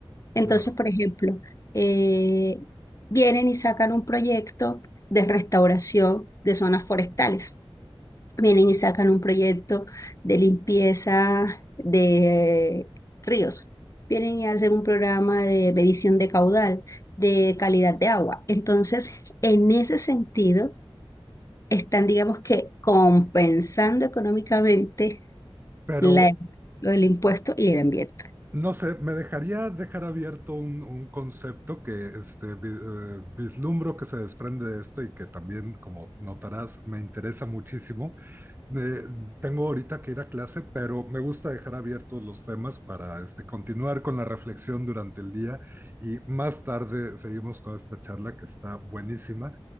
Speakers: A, on the left (about 35°); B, on the right (about 20°).
A: Entonces,
B: claro.
A: por ejemplo, eh, vienen y sacan un proyecto de restauración de zonas forestales vienen y sacan un proyecto de limpieza de ríos, vienen y hacen un programa de medición de caudal, de calidad de agua. Entonces, en ese sentido, están, digamos que, compensando económicamente
B: Pero
A: la, lo del impuesto y el ambiente.
B: No sé, me dejaría dejar abierto un, un concepto que este, vi- eh, vislumbro que se desprende de esto y que también, como notarás, me interesa muchísimo. Eh, tengo ahorita que ir a clase, pero me gusta dejar abiertos los temas para este, continuar con la reflexión durante el día y más tarde seguimos con esta charla que está buenísima.